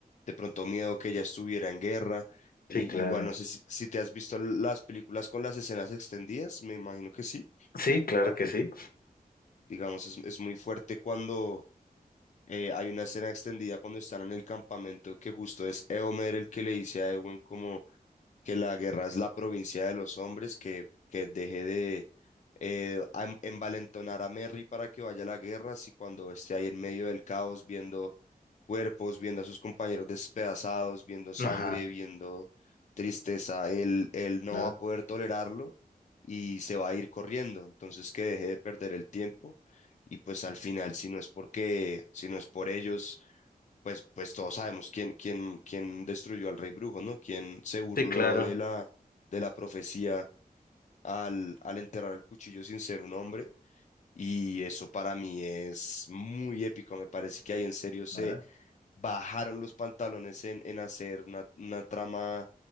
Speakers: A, on the left (about 50°); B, on the left (about 75°).
A: de pronto miedo que ella estuviera en guerra. Y,
B: Sí, claro.
A: igual no sé si, si te has visto las películas con las escenas extendidas, me imagino que sí.
B: Sí, claro que sí.
A: Digamos, es, es muy fuerte cuando eh, hay una escena extendida cuando están en el campamento, que justo es Eomer el que le dice a Ewen como que la guerra es la provincia de los hombres, que, que deje de eh, a- em- envalentonar a Merry para que vaya a la guerra, si cuando esté ahí en medio del caos, viendo cuerpos, viendo a sus compañeros despedazados, viendo sangre,
B: Ajá,
A: viendo tristeza, él, él no
B: nada.
A: va a poder tolerarlo y se va a ir corriendo. Entonces que deje de perder el tiempo y pues al final, si no es porque, si no es por ellos, pues, pues todos sabemos quién, quién, quién destruyó al rey brujo, ¿no? Quién se burló
B: Sí, claro.
A: de la, de la profecía al, al enterrar el cuchillo sin ser un hombre. Y eso para mí es muy épico. Me parece que ahí en serio se
B: Nada.
A: bajaron los pantalones en, en hacer una, una trama